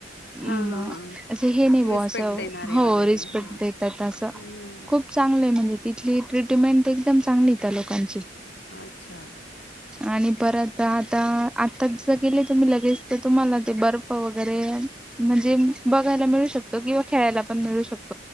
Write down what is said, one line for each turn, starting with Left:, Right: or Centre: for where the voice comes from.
Centre: मग
Left: हा हा हा
Centre: अस हे नाही
Left: रिस्पेक्ट
Centre: अस
Left: देणारे
Centre: हो
Left: वगैरे
Centre: रिपेक्ट
Left: हा
Centre: देतात. अस
Left: हम्म हम्म
Centre: खूप चांगलं आहे म्हणजे तिथली ट्रीटमेंट. एकदम चांगली. त्या लोकांची.
Left: अच्छा.
Centre: आणि परत आता आता ज गेले तुम्ही लगेच तर तुम्हाला ते बर्फ वगैरे म्हणजे बघायला मिळू शकतो, किंवा खेळायला पण मिळू शकतो.